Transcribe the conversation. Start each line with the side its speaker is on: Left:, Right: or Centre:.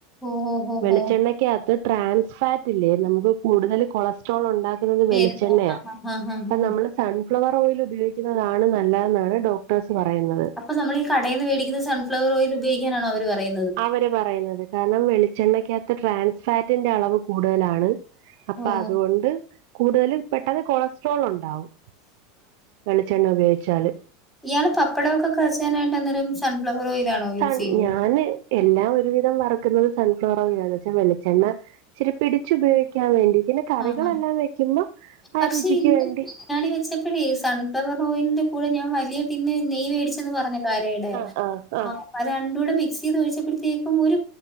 Centre: ഓ ഹോ ഹോ
Right: വെളിച്ചെണ്ണ.
Centre: ഹോ
Right: ത്ത് ട്രാൻസ് ഫാറ്റല്ലേ നമുക്ക് കൂടുതൽ കൊളസ്ട്രോൾ ഉണ്ടാക്ക
Centre: പേരെന്താ
Right: വെളിച്ചെണ്ണയാ
Centre: ആഹ് ആഹ്
Right: അ
Centre: ആഹ്
Right: നമ്മള് സൻ ഷൻഫ്ലവർ ഓയിൽ ഉപയോഗിക്കുന്നതാണ്. നല്ലതെന്നാണ് ഡോക്ടേഴ്സ് പറയുന്നത്.
Centre: അപ്പ നമ്മൾ ഈ കടേന്നു വെടിക്കുന്ന സൺഫ്ലവർ ഓയിൽ ഉയോഗിക്കാനാണ് അവ പറയുന്നത്.
Right: അവര് പറയുന്നത് കാരണം വെളിച്ചെണ്ണക്കകത്ത് ട്രാൻസ്ഫാറ്റിന്റെ അളവ്. കൂടുതലാണ് അപ്പൊ
Centre: ഓ
Right: അതുകൊണ്ട് കൂടുതൽ പെട്ടെന്ന് കൊളസ്ട്രോൾ ഉണ്ടാവും.. വെളിച്ചെണ്ണ ഉപയോഗിച്ചാല്.
Centre: ഇയാൾ പപ്പടമൊക്കെ കാച്ചാനായിട്ട് അന്നേരം സൺഫ്ലവർ ഓയിയിലാണോ യൂസ്
Right: സൺ
Centre: ചെയ്തത്?
Right: ഞാന് എല്ലാം ഒരുവിധം വറുക്കുന്നത്. സൺഫ്ലവർ ഓയിലാന്ന്. വെച്ചാൽ വെളിച്ചെണ്ണ ഇച്ചിരി പിടിച്ചു ഉപയോഗിക്ക വക്കാൻ വേണ്ടി പിന്നെ
Centre: ആഹ്
Right: കറികളെല്ലാം
Centre: ആഹ്
Right: വെക്കുമ്പോ ആ
Centre: പക്ഷെ
Right: രുചിക്ക്
Centre: ഇന്നലെ
Right: വേണ്ടി.
Centre: ബിരിയാണി വെച്ചപ്പോഴ ഈ സൺഫവർ ഓയിലിന്റെ കൂടെ ഞാൻ വലിയ ടിന് നെയ് വേടിച്ചെന്ന് പറഞ്ഞല്ലോ.
Right: ആഹ് ആഹ് ആഹ്
Centre: അപ്പൊ രണ്ടും കൂടെ മിക്സ് ചെയ്ത് ഒഴിച്ചപ്പോഴത്തേക്കുംഒരു..